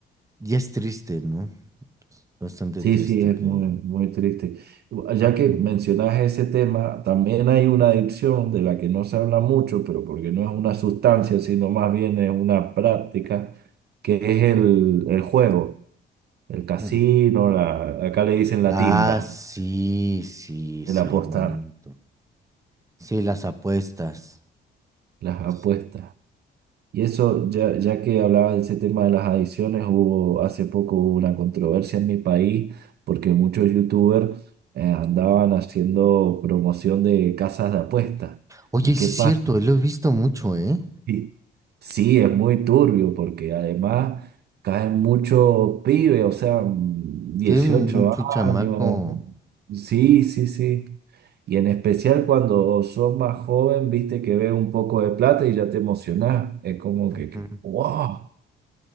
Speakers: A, on the right; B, on the right.
A: y es triste, no Bastante
B: Sí,
A: triste
B: sí, es
A: que...
B: muy, muy triste. Ya
A: Ujú.
B: que mencionas ese tema, también hay una adicción de la que no se habla mucho, pero porque no es una sustancia, sino más bien es una práctica, que es el, el juego, el casino,
A: Mm.
B: la, acá le dicen la
A: Ah,
B: timba,
A: sí, sí, cierto.
B: el apostar,
A: Sí, las apuestas.
B: las
A: Pues,
B: apuestas. Y eso, ya, ya que hablabas de ese tema de las adicciones, hubo hace poco hubo una controversia en mi país porque muchos youtubers eh, andaban haciendo promoción de casas de apuestas.
A: Oye,
B: ¿Y
A: sí
B: qué pasa?
A: es cierto, lo he visto mucho, ¿eh?
B: Sí, Sí, es muy turbio porque además caen muchos pibes, o sea, mm, 18
A: Sí, mucho chamaco.
B: años. Sí, sí, sí. Y en especial cuando sos más joven, viste que ves un poco de plata y ya te emocionás. Es como que,
A: Ujú,
B: que, wow,